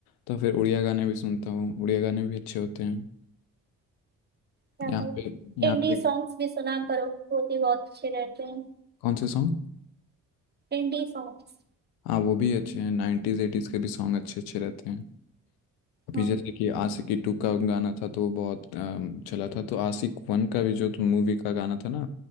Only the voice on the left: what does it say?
तो फिर उड़िया गाने भी सुनता हूँ उड़िया गाने भी अच्छे होते हैं
यहाँ पे यहाँ
पे
कौन से सॉन्ग
हाँ वो भी अच्छे हैं नाइन्टीज एटीज़ के भी सॉन्ग अच्छे अच्छे रहते हैं अभी
जैसे कि आशिकी टू का गाना था तो वो बहुत अम, चला था तो आशिक वन का भी जो मूवी का गाना था ना